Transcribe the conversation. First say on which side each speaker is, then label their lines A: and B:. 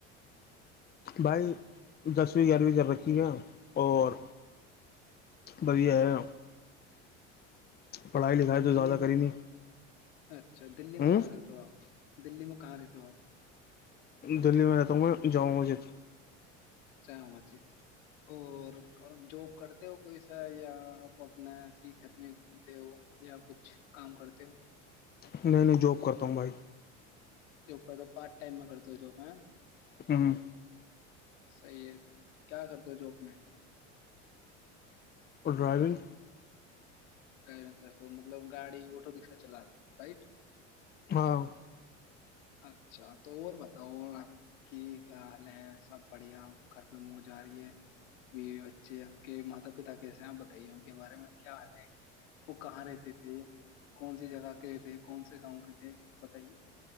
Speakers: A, on the left (about 25°); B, on the left (about 75°).
A: بھائی دسویں گیارہویں کر رکھی ہے اور بھیا ہے پڑھائی لکھائی
B: اور
A: تو
B: دلی
A: زیادہ
B: میں
A: کری نہیں
B: اچھا دلی میں
A: ہ
B: کہاں رہ تو آپ دلی میں کہاں رہتے ہو آپ
A: دللی میں رہتا ہوں میں جامع مسجد
B: چ چت اور جاب کرتے ہو کوئی سا یا آپ اپنا ایے ہی گھر میں گھومتے ہو یا کچھ کام کرتے ہو
A: نہیں نہیں جاب کرتا ہوں بھائی
B: جو کر دو پارٹ ٹائم میں کرتا جواں
A: ہوں ہ
B: صحیح ہے کیا کرتے ہو جاب میں
A: اور ڈرائیونگ
B: ڈرائیوگ کرتے مطلب گاڑ آٹو رکشا چلات رائٹ
A: ہاں
B: اچھا تو اور بتاؤ اور آپ کی کیا حال ہیں سب بڑھیا گھر پہ منہ جا رہی ہے یہ بچے آپ کے ماتا پتا کیسے ہیں آپ بتائیے ان کے بارے میں کیا حال ہے وہ کہاں رہتے تھے کون سی جگہ کے تھے کون سے گاؤں کے تھے بتائیے